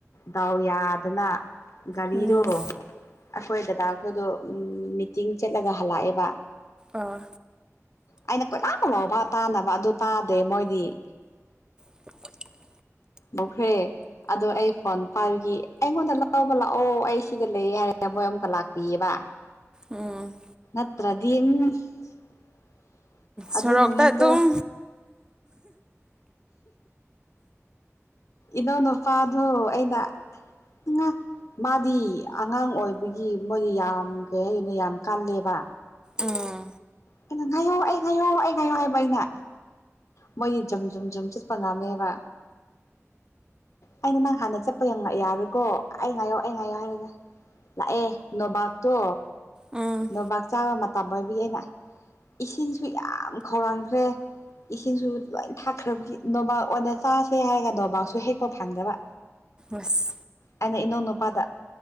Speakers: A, on the left (about 75°); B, on the right (about 15°).
A: ꯗꯥꯎ ꯌꯥꯗꯅ ꯒꯔꯤꯗꯣ
B: ꯎꯝ
A: ꯍꯈꯣꯏ ꯗꯗꯥ ꯑꯩꯈꯣꯏꯗꯣ ꯃꯤꯇꯤꯡ ꯆꯠꯂꯒ ꯍꯜꯂꯛꯑꯦꯕ
B: ꯑꯣ
A: ꯑꯩꯅ ꯀꯣꯏꯂꯥꯡ ꯂꯥꯎꯕ ꯇꯥꯅꯕ ꯑꯗꯨ ꯇꯥꯗꯦ ꯃꯣꯏꯗꯤ
B: <inaudible>
A: ꯃꯧꯈ꯭ꯔꯦ ꯑꯗꯣ ꯑꯩ ꯐꯣꯟ ꯄꯥꯏꯈꯤ ꯑꯩꯉꯣꯟꯗ ꯂꯕ ꯂꯥꯛꯑꯣ ꯑꯩ ꯁꯤꯗ ꯂꯩ ꯀ ꯍꯥꯏꯔꯦ ꯃꯣꯏ ꯑꯃꯨꯛꯀ ꯂꯥꯛꯄꯤꯌꯦꯕ
B: ꯎꯝ
A: <unintelligible>
B: ꯁꯣꯔꯣꯛꯇ
A: ꯅꯨꯃꯤꯠꯇꯣ
B: ꯑꯗꯨꯝ
A: ꯏꯣꯅꯄꯥꯥ ꯑꯗꯨ ꯑꯩꯅ ꯃꯥꯗꯤ ꯑꯉꯥꯡ ꯑꯣꯏꯕꯒꯤ ꯃꯣꯏꯗꯤ ꯌꯥꯝ ꯀꯩ ꯍꯥꯏꯗꯣꯏꯅꯣ ꯌꯥꯝ ꯀꯜꯂꯦꯕ
B: ꯑꯥ
A: ꯀꯩꯅ ꯉꯥꯏꯌꯣ ꯑꯩ ꯉꯥꯏꯌꯣ ꯑꯩ ꯉꯥꯏꯌꯣ ꯍꯥꯏꯕ ꯑꯩꯅ ꯃꯣꯏꯗꯤ ꯖꯨꯝ ꯖꯨꯝ ꯖꯨꯝ ꯆꯠꯄ ꯉꯥꯝꯃꯦꯕ ꯑꯩꯅ ꯅꯪ ꯍꯥꯟꯅ ꯆꯠꯄꯉꯛ ꯌꯥꯔꯨꯀꯣ ꯑꯩ ꯉꯥꯏꯌꯣ ꯑꯩ ꯉꯥꯏꯌꯣ ꯍꯥꯏꯔꯒꯦ ꯂꯥꯛꯑꯦ ꯅꯣꯕꯥꯥꯛꯇꯣ
B: ꯎꯝ
A: ꯅꯣꯕꯥꯥꯛ ꯆꯥꯕ ꯃꯇꯝ ꯑꯣꯏꯕꯤ ꯑꯩꯅ ꯏꯁꯤꯡꯁꯨ ꯌꯥꯝ ꯈꯧꯔꯥꯡꯈ꯭ꯔꯦ ꯏꯁꯤꯡꯁꯨ ꯂꯣꯏ ꯊꯥꯛꯈ꯭ꯔꯕꯒꯤ ꯅꯣꯕꯥꯥꯛ ꯑꯣꯏꯅ ꯆꯥꯁꯦ ꯍꯥꯏꯔꯒ ꯅꯣꯕꯥꯥꯛꯁꯨ ꯍꯦꯛꯄ ꯐꯪꯗꯕ
B: ꯑꯁ
A: ꯑꯩꯅ ꯏꯅꯧ ꯅꯨꯨꯄꯥꯗ